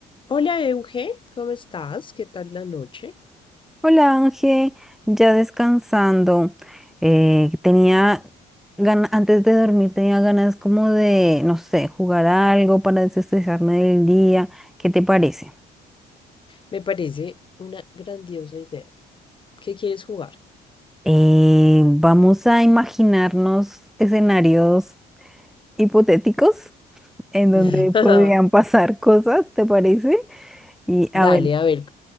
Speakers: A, on the left; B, in the centre.
A: Hola Euge, ¿cómo estás? ¿Qué tal la noche?
B: Hola Ángel, ya descansando. Eh, tenía ganas, antes de dormir tenía ganas como de, no sé, jugar algo para desestresarme del día. ¿Qué te parece?
A: Me parece una grandiosa idea. ¿Qué quieres jugar?
B: Eh, vamos a imaginarnos escenarios hipotéticos en donde
A: <laughs>
B: podrían pasar cosas, ¿te parece? Y a
A: Dale,
B: ver,
A: a ver,